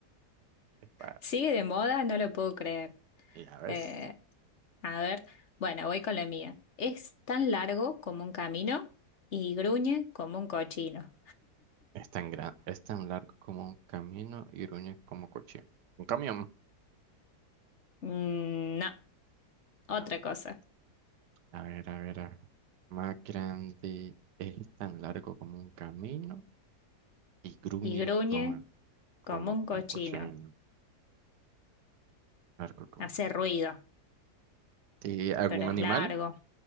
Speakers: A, on the right; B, on the left.
A: Bueno,
B: ¿Sigue de moda? No lo puedo creer.
A: ya ves,
B: Eh, a ver, bueno, voy con la mía. Es tan largo como un camino y gruñe como un cochino.
A: es tan gran, es tan largo como un camino y gruñe como cuchillo. Un camión.
B: Mm, no, otra
A: Ah,
B: cosa.
A: a ver, a ver, a ver. Más grande, es tan largo como un camino y gruñe
B: Y gruñe
A: como,
B: como
A: como,
B: un
A: como
B: cochino.
A: cochino. Largo como
B: Hace
A: un
B: ruido,
A: Sí, ¿algún
B: pero es
A: animal?
B: largo.